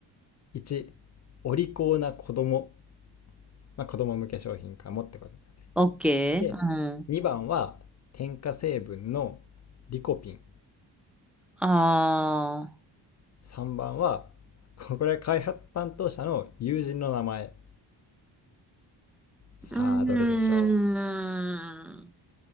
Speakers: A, on the left; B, in the centre.
A: 1、お利口な子供。まあ、子供向け商品かもってことだよね。
B: OK?
A: で、
B: うん。
A: 2番は添加成分のリコピン。
B: あ
A: 3番は、これは開発担当者の友人の名前。さあ、
B: ー。うーん。
A: どれでしょ